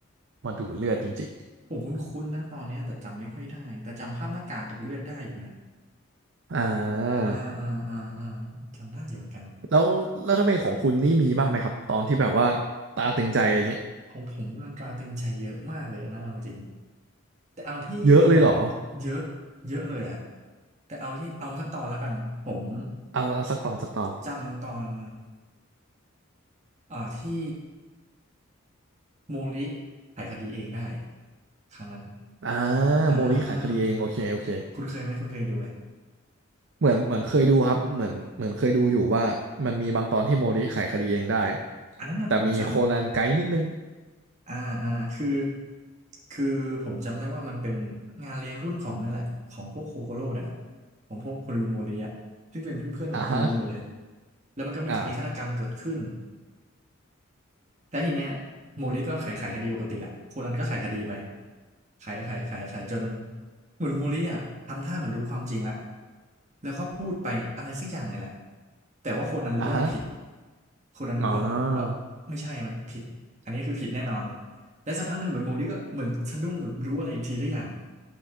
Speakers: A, on the right; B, on the right.
A: มนดูดเลือดจริง
B: ผมคุ้นๆนะตอนเนี้ยแต่จำไม่ค่อยได้ แต่จำภาพหน้ากากกับเลือดได้อยู่นะ
A: ๆอ่า
B: อ่าอ่าอ่าอ่าจำได้อยู่เหมือนกัน
A: แล้วแล้วถ้าเป็นของคุณนี่มีบ้างไหมครับตอนที่แบบว่าตาตึงใจอะไรเงี้ย
B: ของผมมันตราตรึงใจเยอะมากเลยนะเอาจริงๆแต่เอาที่
A: เยอะเลยเหรอ
B: เยอะเยอะเลยอะแต่เอาที่เอาสักตอนแล้วกัน ผม
A: อ่าเอาสักตอนสักตอน
B: จำตอนอ่าที่ มูริธิไขคดีเองได้ครั้งนั้น
A: อ่า
B: อ่า
A: โมริขายคดีเองโอเคโอเค
B: คุณเคยไหม คุณเคยดูไหม
A: เหมือนเหมือนเคยดูครับเหมือนเหมือนเคยดูอยู่ว่ามันมีบางตอนที่โมริไขคดีเองได้
B: อันนั้นนะผมจำ
A: แต่มีโคนันไกด์นิดนึง
B: อ่าอ่าคือ คือผมจำได้ว่ามันเป็นงานเลี้ยงรุ่นของนี่แหละของพวกโคโคโร่เนี่ยแหละของพวกคุณลุงโมริอ่ะซึ่งเป็นเพื่อนๆของคุณลุงหมดเลย
A: อ่าฮะ
B: แล้วมันก็มีคดีฆาตกรรมเกิดขึ้น
A: อ่า
B: แล้วทีเนี้ยโมริก็ไขไขคดีปกติแหละคนนั้นก็ไขคดีไปไขไขไขไขจนเหมือนโมริอ่ะทำท่าเหมือนรู้ความจริงละแล้วก็พูดไปอะไรสักอย่างไงแหละแต่ว่าคนนั้นรู้ว่ามันผิด
A: อ่าฮะ
B: คนนั้นบอกว่าไม่ใช่มันผิดอันนี้คือผิดแน่นอน
A: อ๋อ
B: และสักพักหนึ่งเหมือนโมริก็เหมือนสะดุ้งหรือรู้อะไรอีกทีสักอย่าง